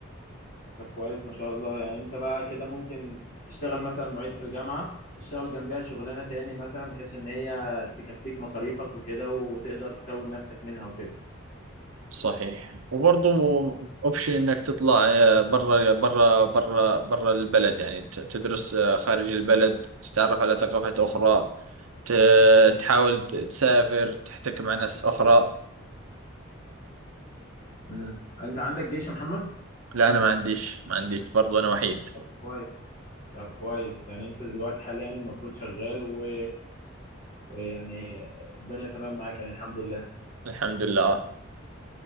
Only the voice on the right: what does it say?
صحيح وبرضه اوبشن انك تطلع آه، برا برا برا برا البلد يعني ت- تدرس آه، خارج البلد تتعرف على ثقافات اخرى ت- تحاول ت- تسافر تحتك مع ناس اخرى
لا انا ما عنديش ما عنديش برضه انا وحيد
الحمد لله آه.